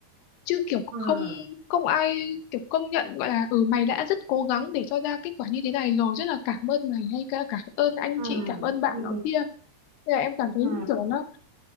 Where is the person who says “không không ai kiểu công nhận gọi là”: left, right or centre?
Left